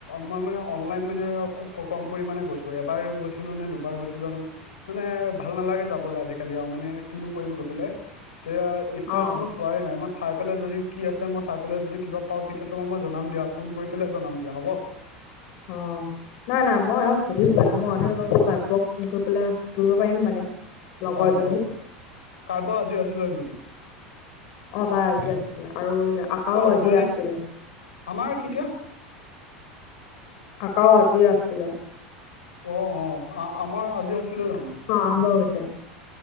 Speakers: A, on the left; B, on the left.
A: মই মানে অনলাইন মানে খুব কম পৰিমামানে গৈছো, এবাৰ গৈছিলো নে দুবাৰ গৈছিলো জনো। মানে ভাল নালাগে যাবলে আজিকালি আৰু মানে কিনো কৰিম গৈ পেলাই, তেতিয়া ষ্টাৰ্ছ
B: অ
A: মছ চোৱাই নাই মই চাই পেলাই যদি কি আছে মই চাই পেলাই যদি কিবা পাওঁ তেতিয়া তোমাক মই জনাম দিয়া ফোন কৰি পেলাই জনাম দিয়া হ'ব।
B: অঁ নাই নাই মই হক সুধিছোহে মই বাৰ গাব্যক ফোন কৰি পেলাই সুধিব পাৰিম মানে। লগৰজনীক
A: হয় হয়, কাৰোবাৰ আজি আছিলে নেকি?
B: অঁ তাই আজি আছিলে আৰু। আকাও
A: অ
B: আজি
A: মানে
B: আছিলে
A: আমাৰ কেতিয়া?
B: আকাও আজি আছিলে।
A: অ অঁ আমাৰ আজি আছিলে জানো।
B: অ আৰম্ভ হৈছে,